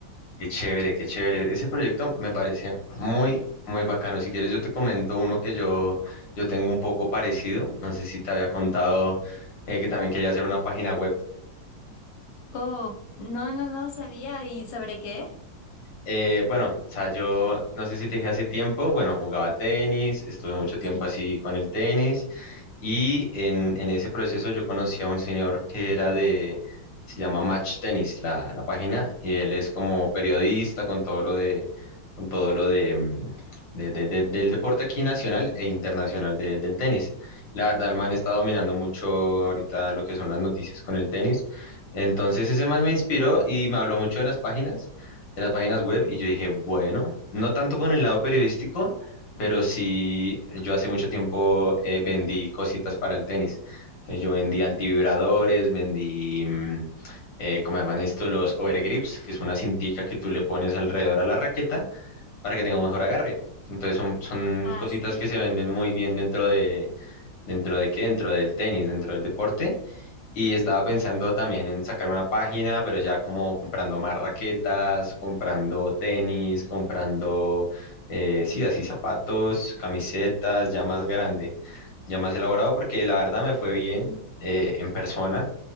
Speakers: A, on the left; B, on the left.
A: Qué chévere, qué chévere. Ese proyecto me parece muy, muy bacano. Si quieres, yo te comento uno que yo, yo tengo un poco parecido. No sé si te había contado eh, que también quería hacer una página web.
B: Oh, no, no, no sabía. ¿Y sobre qué?
A: Eh, bueno, o sea, yo no sé si te dije hace tiempo, bueno, jugaba tenis, estuve mucho tiempo
B: Sí.
A: así con el tenis. Y en, en ese proceso yo conocí a un señor que era de, se llama Match Tennis, la, la página, y él es como periodista con todo lo de, con todo lo de, mm, de- de- de- del deporte aquí nacional e internacional de- del tenis. La verdad, el man está dominando mucho ahorita lo que son las noticias con el tenis. Entonces ese man me inspiró y me habló mucho de las páginas, de las páginas web, y yo dije, bueno, no tanto con el lado periodístico, pero sí, yo hace mucho tiempo eh, vendí cositas para el tenis. Entonces yo vendí antivibradores, vendí, mm, eh, ¿cómo llaman esto? Los overgrips, que es una cintica que tú le pones alrededor a la raqueta para que tenga un mejor agarre. Entonces son, son
B: Ah,
A: cositas
B: sí.
A: que se venden muy bien dentro de, ¿dentro de qué? Dentro del tenis, dentro del deporte. Y estaba pensando también en sacar una página, pero ya como comprando más raquetas, comprando tenis, comprando, eh, sí, así zapatos, camisetas, ya más grande, ya más elaborado, porque la verdad me fue bien eh, en persona